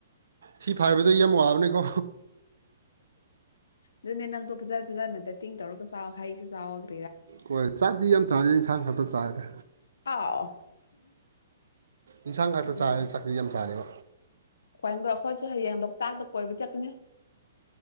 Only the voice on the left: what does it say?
ꯑꯗꯨꯅꯦ ꯅꯪꯗꯣ ꯐꯖ ꯐꯖꯅ ꯗ ꯇꯤꯡ ꯇꯧꯔꯒ ꯆꯥꯎ ꯍꯩꯁꯨ ꯆꯥꯎꯒ
ꯑꯥꯎ
ꯎꯝ
ꯈꯗ ꯑꯩꯈꯣꯏꯁꯨ ꯍꯌꯦꯡ ꯂꯣꯛꯇꯥꯛꯇ ꯀꯣꯏꯕ ꯆꯠꯀꯅꯤ